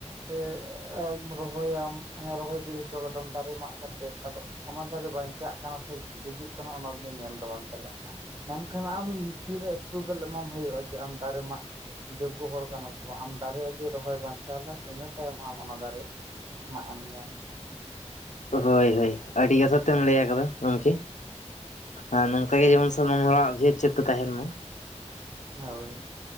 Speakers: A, on the right; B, on the left.
A: ᱪᱮᱫ ᱨᱚᱦᱚᱭ ᱟᱢ ᱮ ᱨᱚᱦᱚᱭ ᱜᱤᱲᱤ ᱦᱚᱴᱚ ᱠᱟᱫᱟᱢ ᱫᱟᱨᱮ ᱢᱟᱜ ᱠᱟᱛᱮᱜ ᱟᱫᱚ ᱚᱱᱟ ᱫᱟᱨᱮ ᱵᱟᱧᱪᱟᱜ ᱠᱟᱱᱟ ᱥᱮ ᱜᱩᱡᱩᱜ ᱠᱟᱱᱟ ᱚᱱᱟ ᱧᱮᱞ ᱫᱚ ᱵᱟᱢ ᱪᱟᱞᱟᱜᱼᱟ᱾ ᱢᱮᱱ ᱠᱷᱟᱱ ᱟᱢ ᱛᱤᱨᱮ ᱮᱯᱨᱩᱵᱷᱮᱞ ᱮᱢᱟᱢ ᱦ ᱦᱩᱭᱩᱜᱼᱟ ᱡᱮ ᱟᱢ ᱫᱟᱨᱮ ᱢᱟᱜ ᱡᱳᱜᱜᱚ ᱦᱚᱲ ᱠᱟᱱᱟ ᱥᱮ ᱵᱟᱝ ᱟᱢ ᱫᱟᱨᱮᱭᱟᱜ ᱜᱮ ᱨᱚᱦᱚᱭ ᱵᱟᱧᱪᱟᱣ ᱞᱮᱢ ᱤᱱᱟᱹ ᱛᱟᱭᱚᱢ ᱟᱢ ᱚᱱᱟ ᱫᱟᱨᱮ ᱢᱟᱜ ᱮᱢ ᱧᱟᱢᱟᱼᱟ᱾
B: ᱦᱳᱭ ᱦᱳᱭ ᱟᱹᱰᱤ ᱟᱥᱟ ᱛᱮᱢ ᱞᱟᱹᱭ ᱟᱠᱟᱫᱟ ᱜᱚᱢᱠᱮ ᱟᱨ ᱱᱚᱝᱠᱟ ᱜᱮ ᱡᱮᱢᱚᱱ ᱥᱟᱱᱟᱢ ᱦᱚᱲᱟᱜ ᱵᱷᱮᱫ ᱪᱮᱫ ᱛᱟᱦᱮᱱ ᱢᱟ᱾
A: ᱦᱳᱭᱻ